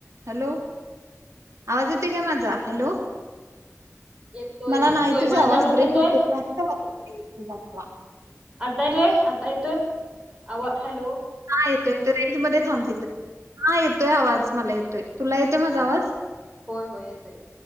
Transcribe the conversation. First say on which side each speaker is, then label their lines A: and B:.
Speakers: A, on the right (about 75°); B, on the right (about 20°).
A: Hello आवाज का माझा हॅलो
B: येतोय
A: मला
B: येतोय
A: नाही तुझा
B: माझा
A: आवाज ब्रेक
B: येतोय
A: होते का वा
B: आता येतोय आता येतोय आ हॅलो
A: येतो रेंज मध्ये थांबते हा येतोय आवाज मला येतोय तुला येतोय माझा
B: हा
A: आवाज
B: होय होय येतोय